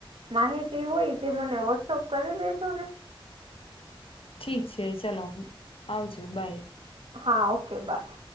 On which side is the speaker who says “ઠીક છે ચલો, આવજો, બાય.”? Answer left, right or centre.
Left